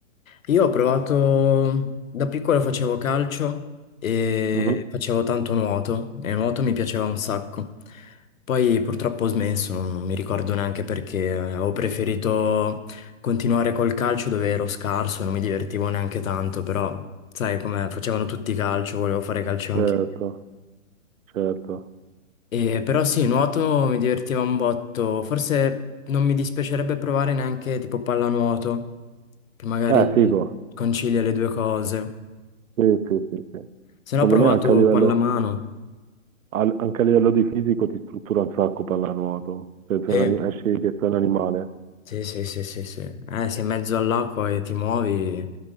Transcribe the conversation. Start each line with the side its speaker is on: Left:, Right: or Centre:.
Left: Io ho provato, da piccolo facevo calcio Mm. e
Right: Mhm.
Left: facevo tanto nuoto e il nuoto mi piaceva un sacco. Poi purtroppo ho smesso, non, non mi ricordo neanche perché, eh, ho preferito continuare col calcio dove ero scarso, non mi divertivo neanche tanto, però sai come facevano tutti calcio, volevo fare calcio anche.
Right: Certo, certo.
Left: E, però sì, nuoto mi divertiva un botto, forse non mi dispiacerebbe provare neanche tipo pallanuoto, che magari
Right: Eh, figo.
Left: concilia le due cose.
Right: Sì, sì, sì, sì.
Left: Se
Right: Secondo
Left: no ho provato
Right: me anche a livello,
Left: pallamano.
Right: al- anche a livello di fisico ti struttura un sacco pallanuoto. Se sei
Left: Sì,
Right: un anim- esci che sei un animale.
Left: sì, sì, sì, sì, sì. Eh, sei in mezzo all'acqua e ti muovi,